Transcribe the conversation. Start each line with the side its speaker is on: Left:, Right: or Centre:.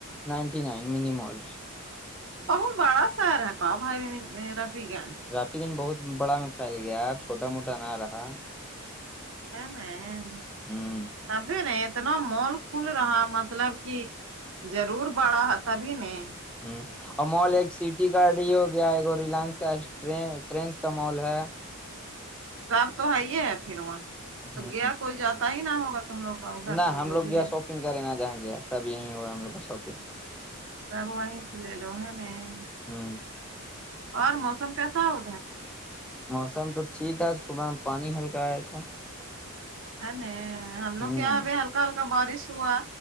Centre: نائنٹی نائن منی مال
Right: بہت بڑا سارا کا بائی میرا بھی جان
Centre: رافی دن بہت بڑا میں پھیل گیا ہے اب چھوٹا موٹا نہ رہا
Right: ہے ن
Centre: ہوں
Right: تبھی ن اتنا مال کھل رہا مطلب کہ ضرور بڑا ہے تبھی نہیں
Centre: ہ اور مال ایک سٹی گارڈ ہی ہوگی گیا ایک ریلائنس کا ٹرینس کا مال ہے
Right: اب تو آئیے ہے پھر وہاں تو
Centre: ہ
Right: گیا کوئی جاتا ہی نہ ہوگا تم لوگ کا ادھر
Centre: نہ
Right: کا
Centre: ہم
Right: جو
Centre: لوگ
Right: بھی
Centre: گیا
Right: ہے
Centre: شاپنگ کریں نہا جہاں گیا سب یہیں ہوا ہم لوگ کا شاپنگ
Right: تب وہیں سے لے لو ہے میں
Centre: ہ
Right: اور موسم کیسا ہوتاھر
Centre: موسم تو ٹھیک ہے صبح میں پانی ہلکا آیا تھا
Right: ا نہیں ہم لوگ
Centre: ہ
Right: کے یہاں اب ہلکا ہلکا بارش ہوا